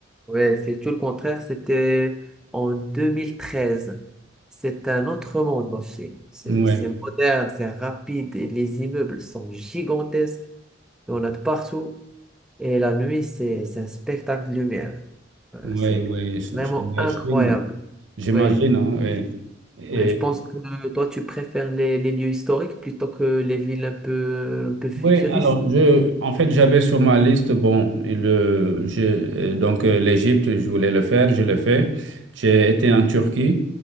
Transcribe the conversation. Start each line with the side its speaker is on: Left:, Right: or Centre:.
Centre: Ouais, c'est tout le contraire. C'était en 2013. C'est un autre monde, la Chine. C'est
Right: Oui,
Centre: c'est moderne, c'est rapide. et les immeubles sont gigantesques. Il y en a de partout. Et la nuit, c'est c'est un spectacle de lumière. Euh,
Right: oui,
Centre: c'est
Right: oui. Shanghai,
Centre: vraiment incroyable.
Right: Chine, j'imagine.
Centre: Oui,
Right: hein, ouais. Et
Centre: Mais je pense que toi, tu préfères les, les lieux historiques plutôt que les villes un peu, un peu futuristes.
Right: Oui, alors je, en fait, j'avais sur ma liste, bon, le, je, euh, donc euh, l'Égypte, je voulais le faire, je l'ai fait. J'ai été en Turquie.